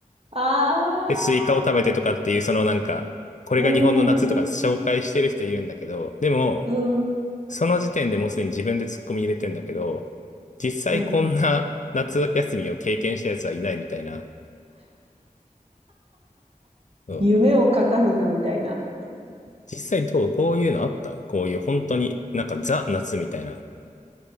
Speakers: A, on the right; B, on the left.
A: ああ、
B: で、スイカを食べてとかっていう、そのなんか、これが日本の夏とか紹介してる人いるんだけど、
A: うん、うん、
B: でも、
A: うん、
B: その時点でもうすでに自分でツッコミ入れてんだけど、実際こんな夏休みを経験したやつはいないみたいな。
A: うん。
B: うん。
A: 夢を語るな、みたいな。
B: 実際どうこういうのあったこういう本当になんかザ夏みたいな。